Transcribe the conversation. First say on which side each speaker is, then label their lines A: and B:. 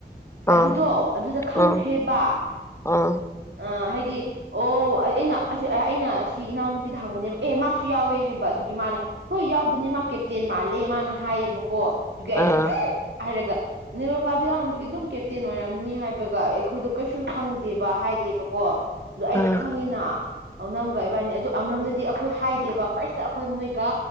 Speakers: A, on the left; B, on the right.
A: ꯑꯥ
B: ꯑꯗꯨꯗꯣ ꯑꯗꯨꯗ ꯈꯪꯈ꯭ꯔꯦꯕ
A: ꯑꯥ ꯑꯥ
B: ꯑ ꯍꯥꯏꯗꯤ ꯗꯤ ꯑꯣ ꯑꯩꯅ ꯑꯁ ꯑꯩꯅ ꯁꯤ ꯏꯅꯥꯎꯅꯨꯄꯤꯗ ꯍꯪꯕꯅꯦꯕ ꯑꯦ ꯃꯥꯁꯨ ꯌꯥꯎꯋꯦ ꯍꯥꯏꯕ ꯑꯗꯨꯒꯤ ꯃꯥꯅ ꯍꯣꯏ ꯌꯥꯎꯕꯅꯤ ꯃꯥ ꯀꯦꯞꯇꯦꯟ ꯃꯥꯜꯂꯦ ꯃꯥꯅ ꯍꯥꯏꯌꯦꯕ ꯀꯣ ꯑꯗꯨꯒꯤ ꯑꯩꯅ
A: ꯑꯥ
B: ꯑꯦ ꯍꯥꯏꯔꯒ ꯅꯦꯔꯣꯀꯥꯗ ꯌꯥꯎꯔꯝꯕꯒꯤ ꯑꯗꯨꯝ ꯀꯦꯞꯇꯦꯟ ꯑꯣꯏꯔꯝꯅꯤ ꯍꯥꯏꯕꯒ ꯑꯩꯈꯣꯏꯗꯣ ꯀꯩꯁꯨ ꯈꯪꯗꯦꯕ ꯍꯥꯏꯗꯦꯕꯀꯣ ꯑꯗꯨ ꯑꯩꯗꯤ
A: ꯑꯥ
B: ꯈꯪꯉꯤꯅ ꯑꯧꯅꯝꯒ ꯏꯕꯥꯅꯤ ꯑꯗꯣ ꯑꯧꯅꯝꯗꯗꯤ ꯑꯩꯈꯣꯏ ꯍꯥꯏꯗꯦꯕ ꯐꯥꯔꯁꯇ ꯑꯩꯈꯣꯏ ꯃꯣꯏꯒ